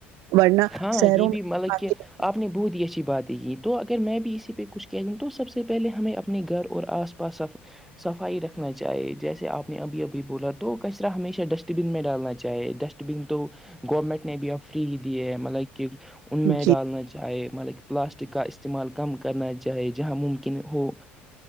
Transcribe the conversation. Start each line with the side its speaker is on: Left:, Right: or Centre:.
Right: ورنہ
Centre: ہاں
Right: شہروں
Centre: یہ بھی
Right: میںق
Centre: مطلب کہ آپ نے بہت ہی اچھی باتیں کییں تو اگر میں بھی اسی پہ کچھ کہہ دوں تو سب سے پہلے ہمیں اپنے گھر اور آسا بسف صفائی رکھنا چاہے جیسے آپ نے ابھی ابھی بولا تو کچرا ہمیشہ ڈسٹ بن میں ڈالنا چاہے ڈسٹ گ تو گورنمنٹ نے بھی اب فری ہی دیے ہے مطلب کہ ان میں
Right: جی
Centre: ڈالنا چاہے مطلب کہ پلاسٹک کا استعمال کم کرنا چاہے جہاں ممکن ہو